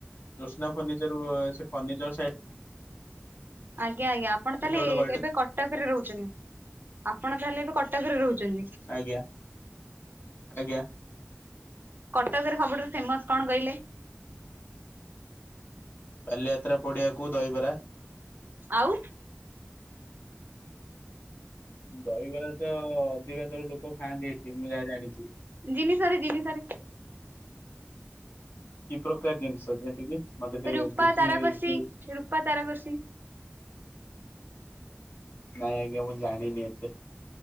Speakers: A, on the left; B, on the right.
A: ଜୋନ୍ସା ଫନିର୍ଚର ଫନିର୍ଚର ସାଇଟି
B: ଆଜ୍ଞା ଆଜ୍ଞା ଆପଣ ତାହେଲେ
A: ଗୋଟେ ଗଳିଟେ
B: ଏବେ କ ଟକରେ ରହୁଛନ୍ତି ଆପଣ ତାହେଲେ ଏବେ କଟକରେ ରହୁଛନ୍ତି।
A: ଆଜ୍ଞା ଆଜ୍ଞା।
B: କଟକରେ ସବୁଠୁ ଫେମସ କଣ କହିଲେ?
A: ବାଲି ଯାତ୍ରା ପଡିିଆକୁ ଦହିବରା।
B: ଆଉ
A: ଦହିବରା ତ ଅଧିକାଥର ଲୋକ ଖାଆନ୍ତି ଏଠି ମୁଁ ଯାହା ଜାଣିଛି।
B: ଜିନିଷରେ ଜିନିଷରେ
A: କି ପ୍ରକାର ଜିନିଷ ଯେମିତି କିି ମତେ
B: ରୂପା
A: ବୁଝେଇକୀ
B: ତାରକସି ରୂପା ତାରକସି
A: ନାଇଁ ଆଜ୍ଞା ମୁଁ ଜାଣିନି ଏତେ